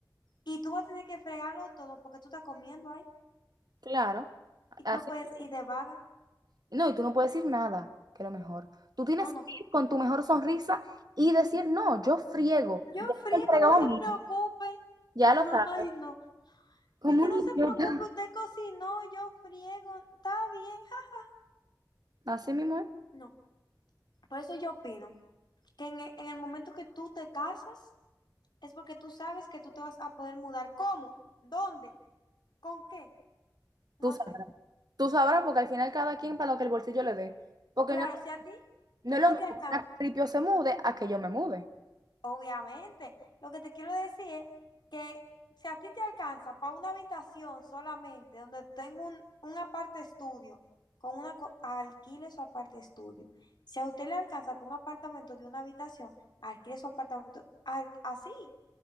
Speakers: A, on the left (about 75°); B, on the right (about 60°).
A: y tú vas a tener que fregarlo todo porque tú estás comiendo ahí
B: claro.
A: y
B: Así-
A: tú no puedes ir de vaga.
B: no, y tú no puedes decir nada, que lo mejor. Tú tienes
A: No, no.
B: que ir con tu mejor sonrisa y decir, no, yo friego,
A: Yo
B: ya
A: friego,
B: me fregado
A: no se
B: a mí,
A: preocupe.
B: ya
A: <laughs>
B: lo sabes,
A: Ay, no.
B: como
A: De que
B: un
A: no se
B: idiota.
A: preocupe, usted cocinó, yo friego, está bien. ja.
B: Así mismo es.
A: No. Por eso yo opino que en e- en el momento que tú te casas, es porque tú sabes que tú te vas a poder mudar. ¿Cómo? ¿Dónde? ¿Con qué? No
B: Tú sabrás,
A: sé.
B: tú sabrás porque al final cada quien para lo que el bolsillo le dé. Porque
A: Claro,
B: no
A: si a ti
B: No
A: no
B: es lo mismo
A: te alcanza,
B: que una ripio se mude a que yo me mude.
A: obviamente. Lo que te quiero decir es que si a ti te alcanza para una habitación solamente, donde tengo un, un aparte estudio, con una co- alquile su aparte estudio. Si a usted le alcanza para un apartamento de una habitación, alquile su apartamento al- así,